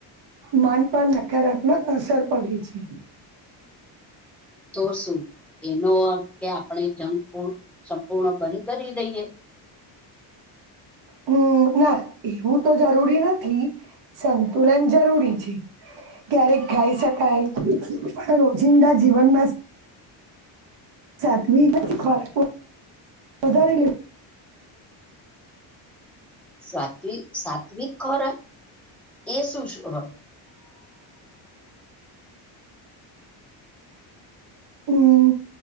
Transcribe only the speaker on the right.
મન પર નકારાત્મક અસર પડે છે.
હમ ના એવું તો જરૂરી નથી, સંતુલન જરૂરી છે. ક્યારેક ખાઈ શકાય પણ રોજિંદા જીવનમાં સાતમી <unintelligible> વધારે લે
હમ,